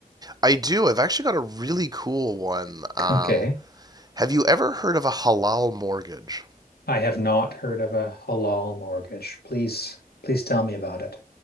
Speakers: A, on the right; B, on the left.
A: I do. I've actually got a really cool one. Um,
B: <laughs> Okay.
A: have you ever heard of a halal mortgage?
B: I have not heard of a halal mortgage. Please, please tell me about it.